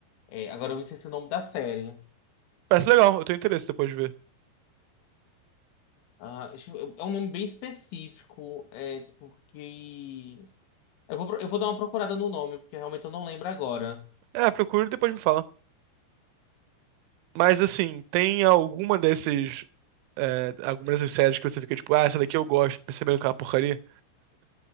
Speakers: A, on the left; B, on the right.
A: É, agora eu esqueci o nome da série.
B: Parece legal, eu tenho interesse depois de ver.
A: Ah, deixa eu- é um nome bem específico. É, tipo, que. Eu vou, pro- eu vou dar uma procurada no nome, porque realmente eu não lembro agora.
B: É, procura e depois me fala. Mas assim, tem alguma desses. É, alguma dessas séries que você fica tipo, ah, essa daqui eu gosto, percebendo que é uma porcaria?